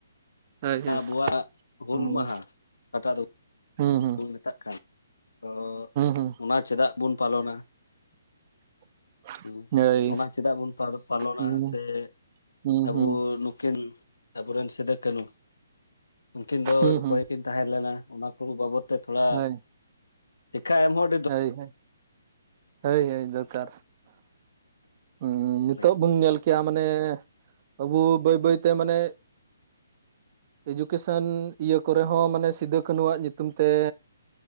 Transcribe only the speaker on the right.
ᱦᱳᱭ ᱦᱳᱭ
ᱦᱩᱸ
ᱦᱩᱸ ᱦᱩᱸ
ᱦᱩᱸ
<inaudible>
ᱦᱳᱭ
ᱦᱩᱸ
ᱦᱩᱸ
ᱦᱩᱸ
ᱦᱩᱸ
ᱦᱩᱸ
ᱦᱳᱭ
ᱦᱳᱭ ᱦᱚ ᱦᱳᱭ ᱦᱳᱭ ᱫᱚᱨᱠᱟᱨ᱾ ᱩᱸ ᱱᱤᱛᱳᱜ
ᱵᱚᱱ ᱧᱮᱞ ᱠᱮᱭᱟ ᱢᱟᱱᱮ ᱟᱵᱚ ᱵᱟᱹᱭ ᱵᱟᱹᱭᱛᱮ ᱢᱟᱱᱮ, ᱮᱡᱩᱠᱮᱥᱚᱱ ᱤᱭᱟᱹ ᱠᱚᱨᱮ ᱦᱚᱸ ᱢᱟᱱᱮ ᱥᱤᱫᱩᱼᱠᱱᱦᱩ ᱟᱣᱟᱜ ᱧᱩᱛᱩᱢ ᱛᱮ,